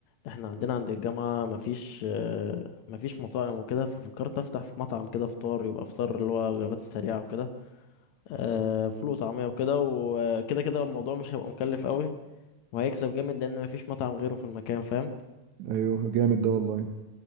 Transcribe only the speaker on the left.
احنا عندنا عند الجامعة مفيش آه، مفيش مطاعم وكده ففكرت افتح في مطعم كده فطار يبقى فطار اللي هو وجبات سريعة وكده آه، فول وطعمية وكده وكده كده الموضوع مش هيبقى مكلف قوي وهيكسب جامد لان مفيش مطعم غيره في المكان فاهم